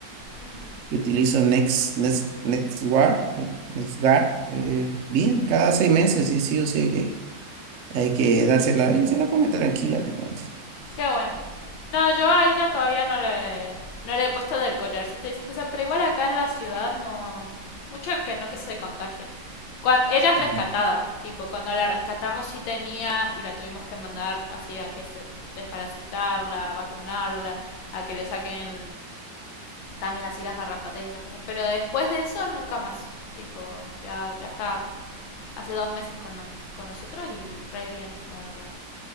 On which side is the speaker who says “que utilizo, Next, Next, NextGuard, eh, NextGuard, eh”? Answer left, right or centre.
Right